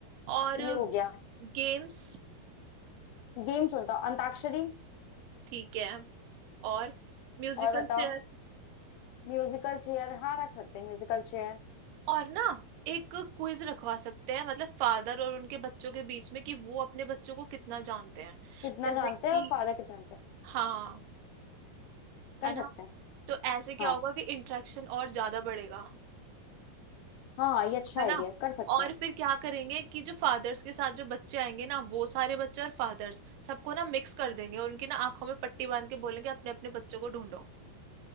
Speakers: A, on the right (about 70°); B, on the left (about 80°).
A: और
B: ये हो गया
A: गेम्स
B: गेम सुनता हूँ अंताक्षरी
A: ठीक है और म्यूजिकल
B: और बताओ
A: चेयर
B: म्यूजिकल चेयर हाँ रख सकते हैं म्यूजिकल चेयर
A: और ना एक क्विज रखवा सकते हैं मतलब फादर और उनके बच्चों के बीच में कि वो अपने बच्चों को कितना जानते हैं
B: कितना
A: जैसे
B: जानते
A: कि
B: हैं और फादर कितना जानते हैं
A: हाँ
B: कर
A: है ना
B: सकते हैं
A: तो ऐसे क्या
B: हाँ
A: होगा कि इंटरेक्शन और ज्यादा बढ़ेगा
B: हाँ हाँ, ये अच्छा
A: है
B: आइडिया
A: ना
B: कर सकते
A: और
B: हैं
A: फिर क्या करेंगे कि जो फादर्स के साथ जो बच्चे आएंगे ना वो सारे बच्चे और फादर्स सबको ना मिक्स कर देंगे और उनकी ना आंखों में पट्टी बांध के बोलेंगे अपने अपने बच्चों को ढूंढो